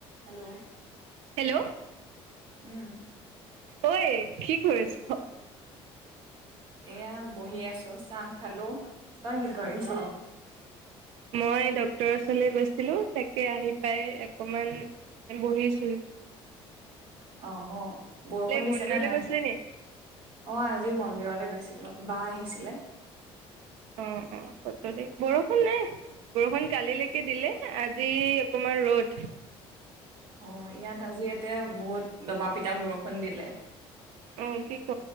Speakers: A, on the right (about 45°); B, on the right (about 70°).
A: Hello
B: hello
A: উম
B: ঐ কি কৰিছ
A: এয়া বহি আছো চাহ খালো তই কি কৰিছ
B: মই ড্ক্তৰৰ ওচৰলৈ গৈছিলো তাকে আহি পাই অকমান বহিছিলো
A: অ অ বৰষুণ দিছে
B: মন্দিৰলৈ
A: নে নাই
B: গৈছিলি নি?
A: অ আজি মন্দিৰলৈ গৈছিলো বা আহিছিলে
B: অ অ বৰষুণ নাই বৰষুণ কালিলৈকে দিলে আজি অকমান ৰ'দ
A: অ ইয়াত আজি ইতে বহুত দবা পিটা বৰষুণ দিলে
B: অ', কি ক